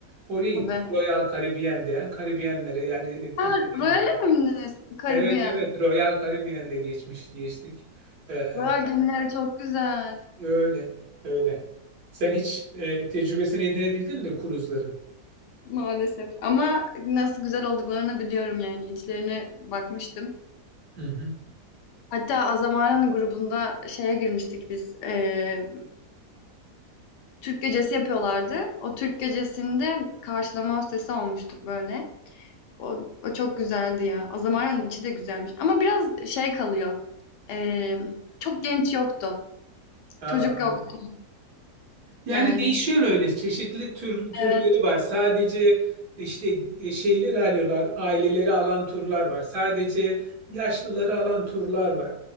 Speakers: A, on the right; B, on the left.
A: Oraya gittik.
B: tabii.
A: Royal Caribbean diyen Karibiyenlere yani Türkiye'ye
B: Ha, Royal'e
A: gidiyorum.
B: mi bindiniz? Karibiyen.
A: Evet evet Royal Caribbean'le geçmiş geçtik. Ee,
B: Royal gemileri çok güzel.
A: öyle öyle. Sen hiç e, tecrübesini edinebildin mi kruzların?
B: Maalesef. Ama nasıl güzel olduklarını biliyorum yani. İçlerine bakmıştım.
A: Hı hı.
B: Hatta Azamara'nın grubunda şeye girmiştik biz. Eee Türk gecesi yapıyorlardı. O Türk gecesinde karşılama hostesi olmuştuk böyle. O, o çok güzeldi ya. O zamanın içi de güzelmiş. Ama biraz şey kalıyor. Ee, çok genç yoktu.
A: Ha,
B: Çocuk yoktu.
A: Yani
B: Yani.
A: değişiyor öyle çeşitli tür, türleri
B: Evet.
A: var. Sadece işte e, şeyleri alıyorlar, aileleri alan turlar var. Sadece yaşlıları alan turlar var.